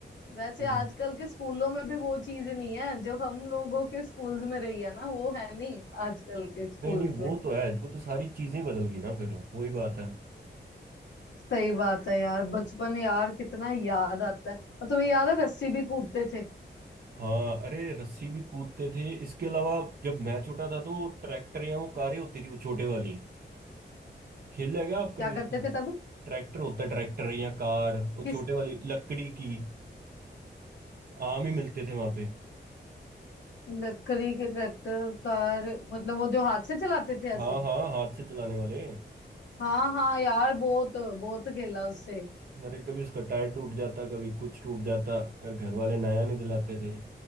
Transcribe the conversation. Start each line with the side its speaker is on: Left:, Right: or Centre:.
Left: वैसे
Right: हम्म,
Left: आजकल के स्कूलों में भी वो चीज नहीं है जो हम लोगों के स्कूल्स में रही है ना वो है नहीं आजकल के स्कूल्स
Right: नहीं नहीं वो
Left: में
Right: तो है वो तो सारी चीजें बदल गई ना फिर वही बात है
Left: सही बात है यार बचपन यार कितना याद आता है और तुम्हें याद है रस्सी भी कूदते थे
Right: हाँ अरे रस्सी भी कूदते थे इसके अलावा जब मैं छोटा था तो वो ट्रैक्टर या वो कारें होती थी वो छोटे वाली खेला है क्या आप कभी
Left: क्या
Right: उसकी
Left: करते थे तब
Right: ट्रैक्टर होता है ट्रैक्टर या कार वो
Left: किस
Right: छोटे वाली लकड़ी की आम ही मिलते थे वहां पे
Left: लकड़ी के ट्रैक्टर कार मतलब वो जो हाथ से चलाते थे ऐसे
Right: हाँ हाँ हाथ से चलाने वाले
Left: हाँ हाँ यार बहुत बहुत खेला उससे
Right: अरे कभी उसका टायर टूट जाता कभी कुछ टूट जाता और घर वाले नया नहीं दिलाते थे